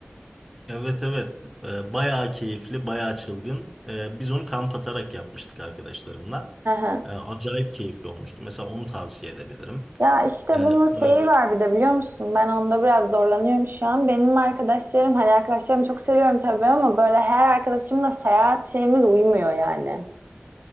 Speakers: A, in the centre; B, on the right.
A: Evet evet Ee, bayağı keyifli bayağı çılgın Ee, biz onu kamp atarak yapmıştık arkadaşlarımla
B: Hı hı.
A: Ee, acayip keyifli olmuştu mesela onu tavsiye edebilirim
B: Ya işte
A: Ee,
B: bunun şeyi
A: öyle-
B: var bir de biliyor musun? Ben onda biraz zorlanıyorum şu an. Benim arkadaşlarım hani arkadaşlarımı çok seviyorum tabii ama böyle her arkadaşımla seyahat şeyimiz uymuyor yani.